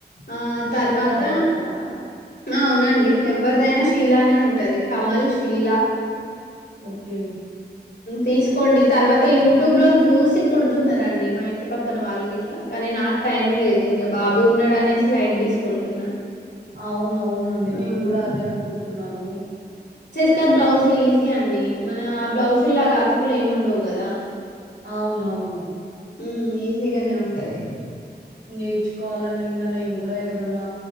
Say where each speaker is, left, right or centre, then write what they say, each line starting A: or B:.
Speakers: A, on the left; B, on the right.
A: ఆ తర్వాత
B: షీలా బావుంటదా?
A: అవునండి ఎవరిదైనా షీలానే ఉంటాది కమల్ షీలా
B: ఓకే.
A: తీసుకోండి తర్వాత యూట్యూబ్ లో చూసి కుడుతున్నారండి మా ఇంటి పక్కన వాళ్ళు గిట్ల కానీ నాకు. టైం లేదు ఇంగా బాబు ఉన్నాడు అనేసి లైట్ తీసుకుంటున్నా
B: అవును అవునండి
A: హ్మ్
B: నేను కూడా అదే అనుకుంటున్నాను
A: క్క బ్లౌజులు ఈజీ అండి మన ఆ బ్లౌజుల్లగా అతుకులు ఏమి ఉండవు కదా
B: అవునవును
A: మ్మ్ ఈజీగానే ఉంటాయి
B: నేర్చుకోవాలండి ఇంకా నేను కూడా ఎవరైనా